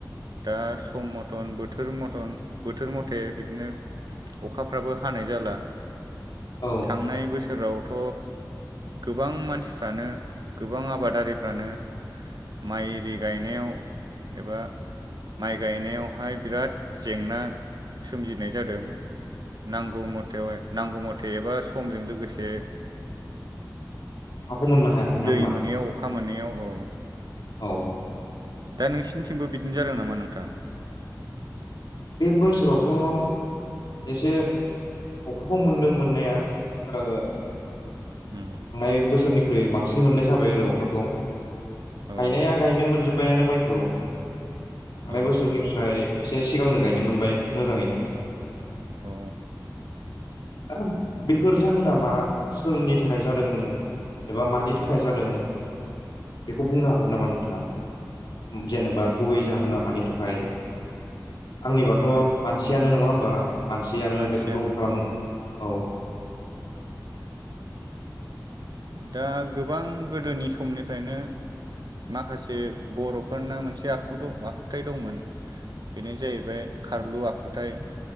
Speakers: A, on the right; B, on the left.
A: दा सम मथन बोथोर मथन बोथोर मथे बिदिनो अखाफ्राबो हानाय जाला
B: औ
A: थांनाय बोसोरावथ' गोबां मानसिफ्रानो गोबां आबादारिफ्रानो माइ इरि गायनायाव एबा माइ गायनायावहाय बिराद जेंना सोमजिनाय जादों। नांगौ मथे नांगौ मथे एबा समजों लोगोसे
B: हाखौ मोननो हायाखै ना
A: दै
B: होमबा
A: मोनैयाव अखा मोनैयाव औ
B: औ
A: दा नोंसिनिथिंबो बिदिनो जादों नामा नोंथां?
B: बे बोसोरावथ' एसे अखाखौ मोनदों मोननाया ओ
A: उम,
B: थांनाय बोसोरनिख्रुइ बांसिन मोननाय जाबाय आरो अखाखौ
A: औ
B: गायनाया गायनो मोनजोब बायानो माइखौ थांनाय
A: औ
B: बोसोरनिफ्राय एसे सिगांनो गायनो मोनबाय मोजाङैनो।
A: औ
B: दा बेफोर जाहोन मा सोरनि थाखाय जादों एबा मानि थाखाय जादों बेखौ बुंनो हागोन नामा नोंथाङा? उम जेनेबा गुबै जाहोना मानि थाखाय? आंनिबाथ' मानसियानो नङा होमबा? मानसियानो
A: मानसियानो
B: बेफोरखौ खालामो
A: औ
B: औ।
A: दा गोबां गोदोनि समनिफ्रायनो माखासे बर'फोरना मोनसे आखुथु आखुथाय दंमोन। बेनो जाहैबाय खारलु आखुथाय।